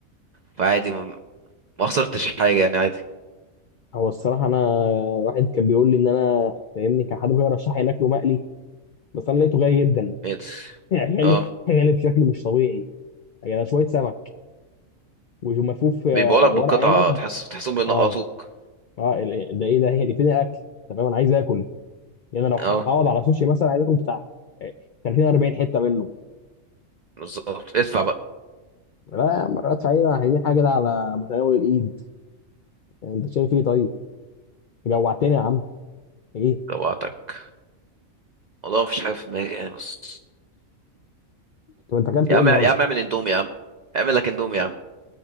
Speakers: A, on the right; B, on the left.
A: فعادي ما, ما خسرتش حاجه يعني عادي
B: هو الصراحه انا واحد كان بيقول لي ان انا فاهمني كان حد بيرشح لي ان اكله مقلي بس انا لقيته غالي جدا
A: إيه ده؟
B: <laughs> غالي
A: اه
B: غالي بشكل مش طبيعي يعني شويه سمك وملفوف آه،
A: بيبيعوا لك
B: ورق
A: بالقطعه
B: عنب
A: تحس تحسهم بينقطوك
B: اه اه ال- ال- ده ايه ده هي اللي فين الاكل تمام انا عايز اكل يعني انا لو ه-
A: اه
B: هقعد على سوشي مثلا عايز اكل بتاع آه، 30 40 حته منه
A: بالظبط ادفع بقى
B: لا مرات فعلا عايزين حاجه كده على متناول الايد يعني انت شايف ايه طيب جوعتني يا عم ايه
A: جوعتك والله ما فيش حاجه في دماغي يعني بس
B: طب انت اكلت
A: يا
B: ايه
A: عم
B: النهارده
A: يا عم اعمل اندومي يا عم اعمل لك اندومي يا عم